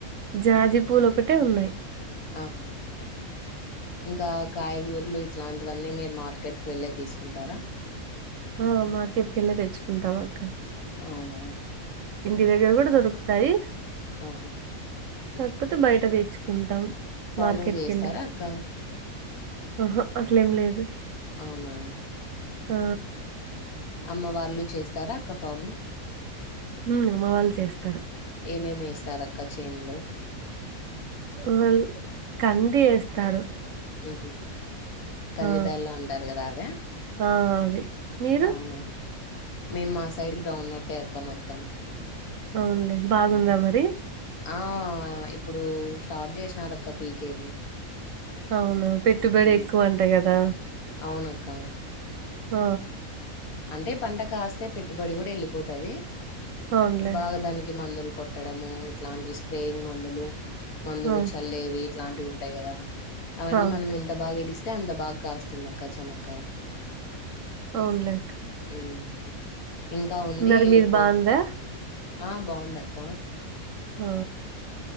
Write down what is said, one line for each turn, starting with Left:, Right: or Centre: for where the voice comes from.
Right: జాజిపులు ఒకటేవున్నాయి
Left: ఆహా ఇంకా కాయగూ పులు ఇట్లాంటివన్నీ మీరు మార్కెట్కేళ్ళి తీసుకుంటారా
Right: ఆ మార్కెట్కేల్లే తెచ్చుకుంటామక్క
Left: ఔనా
Right: ఇంటి దగ్గర కూడా దొర్కుతాయి
Left: ఆహా
Right: కాకపోతే బైట తెచ్చుకుంటాం
Left: ఫార్మింగ్
Right: మార్కెట్కెళ్ళి
Left: చేస్తారా అక్క
Right: ఆహా అట్లేం లేదు
Left: అవునా
Right: ఆ
Left: అమ్మ వాళ్ళు చేస్తారా అక్క ఫార్మింగ్
Right: ఉమ్ అమ్మ వాళ్ళు చేస్తారు
Left: ఏమేమి ఏస్తారక్క చేన్లు
Right: వల్ కంది ఏస్తారు
Left: ఉహ్మ్ కంది
Right: ఆ
Left: బ్యాల్లో అంటారు కదా అవ్య
Right: ఆ అవి మీరు
Left: అవ్నా మేం మా సైడ్ గ్రౌండ్ నట్టే అక్క మొత్తం
Right: అవ్న్లే బాగుందా మరి
Left: ఆ ఇప్పుడు స్టార్ట్ చేస్నారక్క పీకేది
Right: అవునా పెట్టుబడి
Left: ఉమ్
Right: ఎక్కువ అంటా కదా
Left: అవునక్క
Right: ఆ
Left: అంటే పంట కాస్తే పెట్టుబడి కూడా ఏళ్ళిపోతది
Right: అవునులే
Left: బాగాదానికి మందులు కొట్టడము ఇట్లాంటివి స్ప్రేయింగ్ మందులు మందులు
Right: ఆ
Left: చల్లేవి ఇట్లాంటివి ఉంటాయి కదా అవన్నీ
Right: ఆ
Left: మనం ఎంత బాగా ఏడిస్తే అంత బాగా కాస్తుందక్క చెనక్కయ్
Right: అవ్న్లే
Left: ఊమ్ ఇంకా ఉంది
Right: మరి మీది
Left: పో
Right: బాగుందా
Left: ఆ బావుందక్క
Right: ఆ